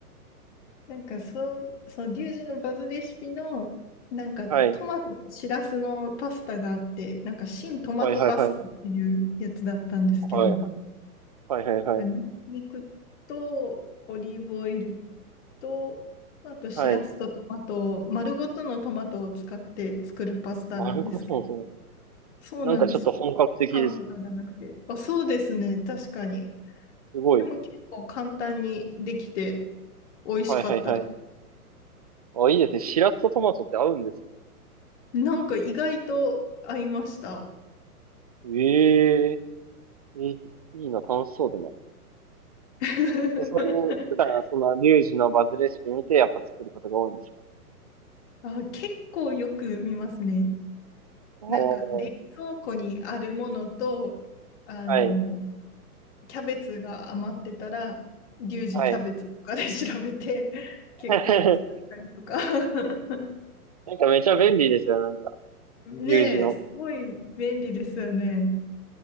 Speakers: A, on the left; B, on the right.
A: なんかそう、そう、リュウジのバズレシピの、なんかトマトとシラスのパスタがあって、
B: はい。
A: なんか新トマトパスタっていうやつだったんですけど、
B: はいはいはい。はい。はいはいはい。
A: まあ、ニンニクとオリーブオイルと、あとシラスとトマトを、
B: はい。
A: 丸ごとのトマトを使って作るパスタなんですけど、
B: 丸ごとのトマト。
A: そうなんです。
B: なんかちょっと本格的です。
A: 缶とかじゃなくて。あ、そうですね、確かに。
B: すごい。
A: でも結構簡単にできて美味しかったです。
B: はいはいはい。あ、いいですね。しらすとトマトって合うんですね。
A: なんか意外と合いました。
B: ええいい、いいな、楽しそうだな。
A: <laughs>
B: え、そういう、普段はその、リュウジのバズレシピ見て、やっぱ作ることが多いんですか
A: あ、結構よく見ますね。
B: お
A: なんか冷蔵庫にあるものと、
B: ー、
A: あの、
B: はい、
A: キャベツが余ってたら、リュウジキャベツとかで調べて、
B: はい。
A: 結構作ったりとか。
B: <laughs>
A: <laughs>
B: なんかめちゃ便利ですよ、なんか、
A: ねえ、
B: リュウジの。
A: すごい便利ですよね。